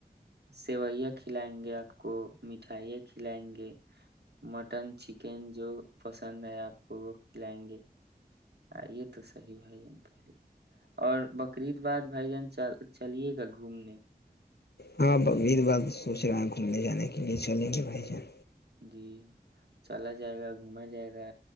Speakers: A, on the right; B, on the left.
A: سیوئیاں کھلائیں گے آپ کو مٹھائیاں کھلائیں گے مٹن چکن جو پسند ہے آپ کو وہ کھلائیں گے آئیے تو سحیح بھائی جان پہلے اور بقرریید باد بھائی جان چلیے گا گھومنے
B: ہاںبید بار سوچ رہے ہے گھومنے جانے کے لیے چلیں گے بھائی جان
A: جی چلا جائے گا گھوما جائے گا